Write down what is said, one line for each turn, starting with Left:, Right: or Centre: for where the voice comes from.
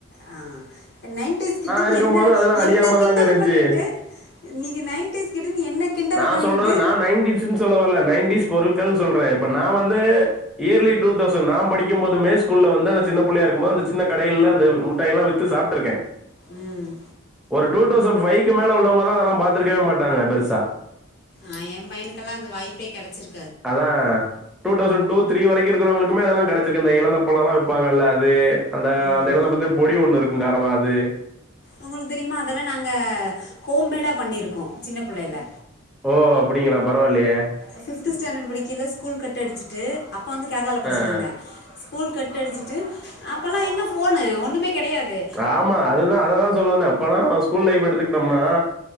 Left: ஆ நைன்டிஸ் கிட்டு
Centre: இருக்கும்
Left: என்ன
Centre: போது அதெல்லா அழியாம
Left: என்ன கிண்டல்
Centre: தாங்க இருந்ச்சு
Left: பண்ணிட்டு நீங்க நைன்டீஸ் கிட்டுன் என்ன கிண்டல்
Centre: நா
Left: பண்ணிட்டு
Centre: சொல்றது நா நைன்டீஸ்ன்னு சொல்ல வர்ல நைன்டிஸ் பொருட்கள் சொல்ற இப்ப நா வந்து இயர்லி டூ தௌசண்ட் நா படிக்கும் போதுமே ஸ்கூல்ல வந்து அந்த சின்ன புள்ளையா இருக்கும் போது அந்த சின்ன கடைகல்ல அந்த முட்டாய்ல்லா வித் த்து சாப்ட்ருக்கே
Left: ம்
Centre: ஒரு டூ டௌசண் ஃபைக்கு மேல உள்ளவங்கல்லா அதலா பாத்துருக்கே மாட்டாங்க பெருசா
Left: ஆ எ பையனுக்கெல்லா அந்த வாய்ப்பே கெடச்சிரு
Centre: அதா டூ டௌசண் டூ த்ரீ வரை இருக்கிறவங்களுக்குமே அதெல்லா கிடைச்சிருக்குன்தே இழந்த பழல்லா விப்பாங்கல்ல அதே அந்த
Left: ம்
Centre: அந்த எலந்த பல்லே பொடி ஒன்னு இருக்கு காரமா அதே
Left: உங்குளுக் தெரிம்மா அதெல்லா நாங்க ஹோம்மேடா பண்ணிருக்கு சின்ன புள்ளைய்ல
Centre: ஓ அப்படிங்களா பரவால்லையே
Left: அ ஃபிஃப்த்து ஸ்டாண்டட் படிக்கைய்ல ஸ்கூல் கட் அடிச்சுட்டு அப் பா வந்து கேரளால படிச்சிட்
Centre: ஆ
Left: இந்தே ஸ்கூல் கட் அடிச்சிட்டு அப்பல்லா எங்க ஃபோனு ஒன்னுமே கெடையாதே
Centre: ஆமா அதுதா அததா சொல் வந்தே அப்பல்லா ஸ்கூல் லைஃப் எடுத்துக்கிட்டோம்னா